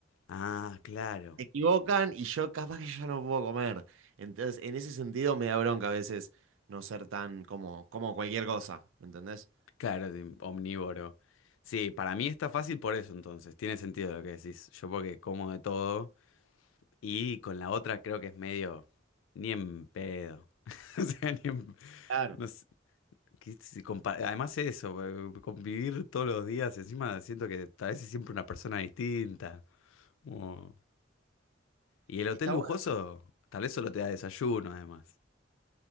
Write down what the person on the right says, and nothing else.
se equivocan y yo capaz que ya no puedo comer. Entonces, en ese sentido me da bronca a veces no ser tan como, como cualquier cosa, ¿me entendés?
Claro.
Está
bueno.